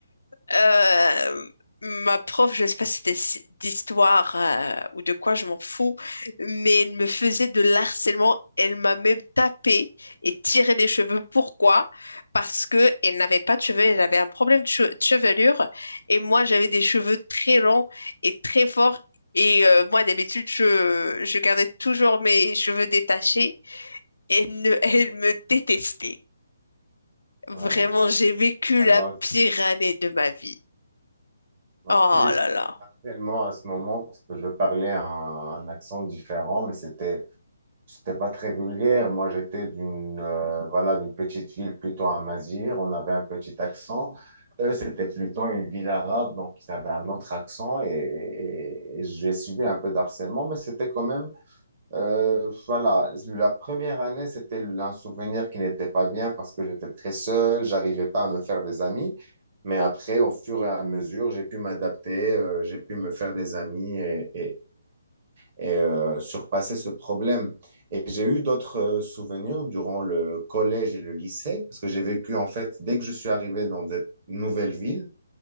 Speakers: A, on the left; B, on the right.
A: euh, ma prof, je sais pas si c'était si- d'histoire euh, ou de quoi, je m'en fous, mais elle me faisait de l'harcèlement. Elle m'a même tapé et tiré les cheveux. Pourquoi? Parce que elle n'avait pas de cheveux, elle avait un problème de, che- de chevelure et moi j'avais des cheveux très longs et très forts. Et euh, moi d'habitude je, je gardais toujours mes cheveux détachés et ne, <laughs> elle me détestait. Vraiment,
B: Ouais,
A: j'ai vécu
B: vraiment.
A: la pire année de ma vie.
B: Moi
A: Oh
B: aussi, j'ai
A: là
B: subi
A: là.
B: harcèlement à ce moment parce que je parlais un, un accent différent, mais c'était C'était pas très vulgaire. Moi, j'étais d'une euh, voilà, d'une petite ville plutôt à Mazir. On avait un petit accent. Eux, c'était plutôt une ville arabe, donc ils avaient un autre accent et, et- et j'ai subi un peu d'harcèlement, mais c'était quand même, euh, voilà, la première année, c'était un souvenir qui n'était pas bien parce que j'étais très seul, j'arrivais pas à me faire des amis. Mais après, au fur et à mesure, j'ai pu m'adapter, euh, j'ai pu me faire des amis et, et euh, surpasser ce problème. Et j'ai eu d'autres euh, souvenirs durant le collège et le lycée, parce que j'ai vécu, en fait, dès que je suis arrivé dans cette nouvelle ville,